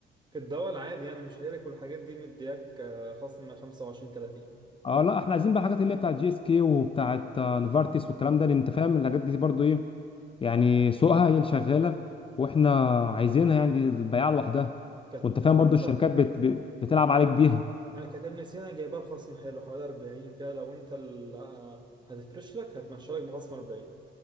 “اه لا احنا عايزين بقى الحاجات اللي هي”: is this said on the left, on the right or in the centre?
Left